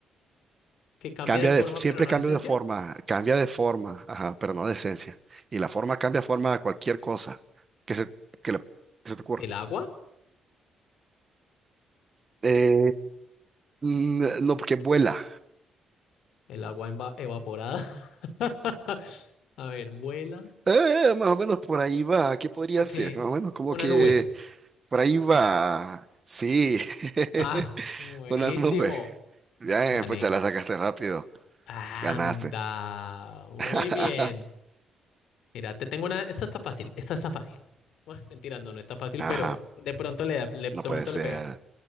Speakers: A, on the left; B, on the right.
A: Que cambia
B: Cambia
A: de
B: de,
A: forma,
B: siempre
A: pero no
B: cambio
A: de esencia.
B: de forma, cambia de forma, ajá, pero no de esencia. Y la forma cambia forma a cualquier cosa que se, que le- que se te ocurra.
A: ¿El agua?
B: Eh, n- no, porque vuela.
A: El agua eva- evaporada. <laughs> A ver, vuela.
B: Eh, más o menos por ahí va. ¿Qué podría
A: Ok.
B: ser? Más o menos como
A: Una
B: que
A: nube.
B: por ahí va. Sí. <laughs>
A: Ah, buenísimo.
B: Una nube. Bien,
A: Gané.
B: pucha, la sacaste rápido.
A: Anda.
B: Ganaste.
A: Muy
B: <laughs>
A: bien. Mira, te tengo una. Esta está fácil, esta está fácil. Bueno, mentira, no, no está fácil, pero
B: Ajá,
A: de pronto le da, le- de pronto
B: no puede ser.
A: le pega.